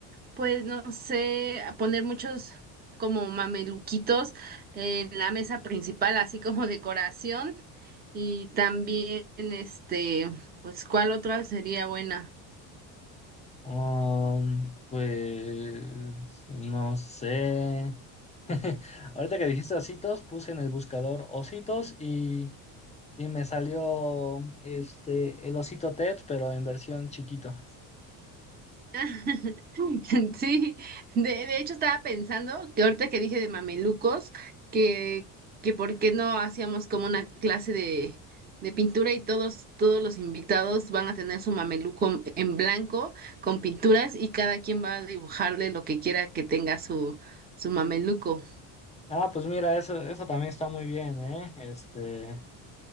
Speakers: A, on the right (about 25°); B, on the left (about 15°).
A: pues no sé, a poner muchos como mameluquitos en la mesa principal, así como decoración. Y también, este, pues, ¿cuál otra sería buena?
B: Um, pues no sé. <laughs> Ahorita que dijiste ositos, puse en el buscador ositos y, y me salió este el osito Ted, pero en versión chiquito.
A: <laughs> Sí, de, de hecho estaba pensando que ahorita que dije de mamelucos, que, que por qué no hacíamos como una clase de, de pintura y todos, todos los invitados van a tener su mameluco en blanco con pinturas y cada quien va a dibujarle lo que quiera que tenga su, su mameluco.
B: Ah, pues mira, eso, eso también está muy bien, ¿eh? Este,